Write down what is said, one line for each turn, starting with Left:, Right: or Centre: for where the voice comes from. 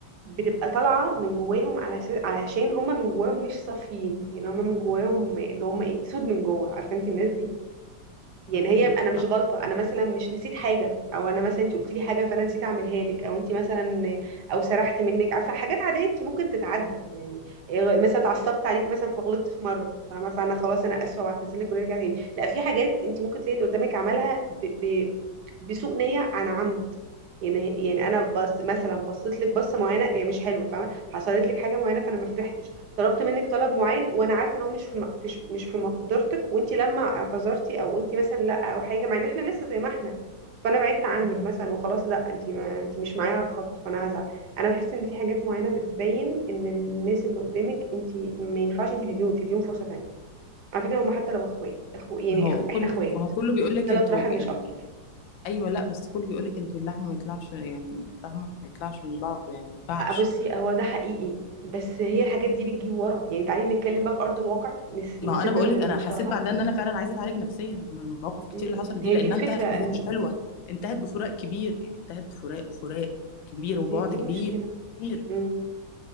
Right: بتبقى طالعه من جواهم على أساس- علشان هم من جواهم مش صافيين يعني هم من جواهم اللي هم ايه سود من جوه عارفه انت الناس دي يعني
Left: بالظبط
Right: هي انا مش
Left: صح.
Right: غلطه انا مثلا مش نسيت حاجه او انا مثلا انت قلتي لي حاجه فانا نسيت اعملها لك او انت مثلا او سرحت منك عارفه حاجات عاديه انت ممكن تتعدى يعني إيه، مثلا اتعصبت عليك مثلا فغلطت في مره فاهمه فانا خلاص انا اسفه واعتذرلك ونرجع تاني لا في حاجات انت ممكن تلاقي اللي قدامك عملها ب... ب... بسوء نيه عن عمد يعني يعني انا بس مثلا بصيت لك بصه معينه هي مش حلوه فاهمه حصلت لك حاجه معينه فانا ما فرحتش طلبت منك طلب معين وانا عارفه ان هو مش في م- في ش- مش في مقدرتك وانت لما اعتذرتي او قلتي مثلا لا او حاجه مع ان احنا لسه زي ما احنا فانا بعدت عنك
Left: مم.
Right: مثلا وخلاص لا انت ما انت مش معايا على الخط فانا هزعل انا بحس ان في حاجات معينه بتبين ان الناس اللي قدامك انت ما ينفعش انت تديهم تديهم فرصه تانية على فكره هم حتى لو اخوات اخو يعني
Left: ما هو
Right: اخو احنا
Left: كله
Right: اخوات
Left: ما هو كله بيقول لك
Right: ثلاث
Left: انتوا
Right: رحم
Left: يعني
Right: مش اكتر
Left: ايوه لا بس كله بيقول لك انتوا اللحم ما يطلعش يعني فاهمه ما يطلعش من بعضه يعني ما ينفعش
Right: بصي هو ده حقيقي بس هي الحاجات دي بتجيب ورا يعني تعالي نتكلم بقى في ارض الواقع نس...
Left: ما
Right: نسيبنا
Left: انا بقول
Right: من
Left: لك
Right: المصطلهات
Left: انا حسيت بعدها ان انا فعلا عايزه اتعالج نفسيا من المواقف الكتير
Right: مم.
Left: اللي حصلت دي
Right: هي
Left: لانها
Right: دي الفكرة
Left: انتهت نهايه
Right: إن-
Left: مش حلوه انتهت بفراق كبير يعني انتهت بفراق بفراق كبير وبعد
Right: هي دي
Left: كبير
Right: مشكلة
Left: كبير
Right: امم